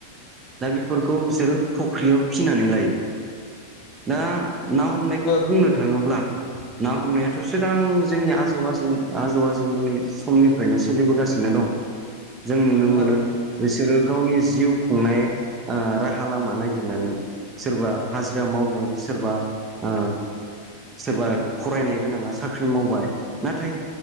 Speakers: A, on the right (about 20°); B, on the left (about 40°).
A: दा बेफोरखौ बिसोरो फुख्रियाव फिसिनानै लायो दा। ना हमनायखौ
B: ओ
A: बुंनो
B: नंगौ
A: थाङोब्ला। ना हमनायाथ' सिगां जोंनि आजौ आजौ आजौ आजौमोनि समनिफ्रायनो सो सोलिबोगासिनो दं जों नुनो मोनो
B: ओ औ
A: बिसोरो गावनि जिउ खुंनाय ओ राहा लामा नागिरनानै सोरबा हाजिरा मावगोन सोरबा ओ सोरबा फरायनाय गोनाङा साख्रि मावबाय नाथाय